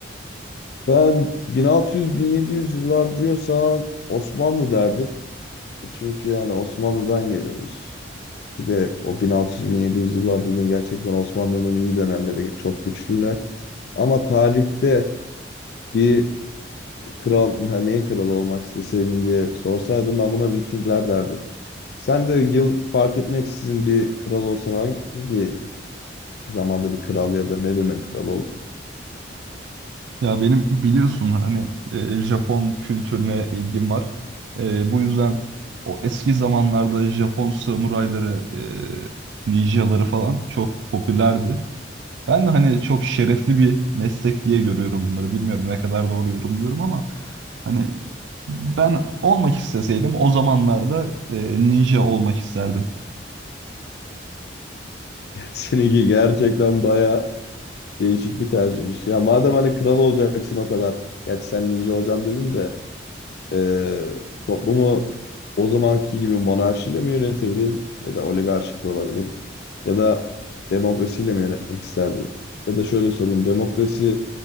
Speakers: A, on the left; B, on the right.
A: Ben 1600-1700 yıllar diyorsan Osmanlı derdim. E Çünkü yani Osmanlı'dan geliyoruz. Bir de o 1600-1700 yıllar dediğin gerçekten Osmanlı'nın iyi dönemleri çok güçlüler. Ama tarihte bir Kral, ha, neyin kralı olmak isteseydin diye sorsaydım ben buna Vikingler derdim. Sen de yıl fark etmeksizin bir kral olsan hangi zamanda bir kral ya da nerenin kralı olur?
B: Ya benim biliyorsun hani e, Japon kültürüne ilgim var. E, bu yüzden o eski zamanlarda Japon samurayları, e, ninjaları falan çok popülerdi. Ben de hani çok şerefli bir meslek diye görüyorum bunları. Bilmiyorum ne kadar doğru yorumluyorum ama hani ben olmak isteseydim o zamanlarda e, ninja olmak isterdim.
A: <laughs> Seninki gerçekten baya değişik bir tercihmiş. Ya madem hani kral olacaksın o kadar. Gerçi sen ninja olacağım dedin de eee, toplumu o zamanki gibi monarşiyle mi yönetirdin? Ya da oligarşik de olabilir. Ya da demokrasiyle mi yönetmek isterdin? Ya da şöyle sorayım. Demokrasi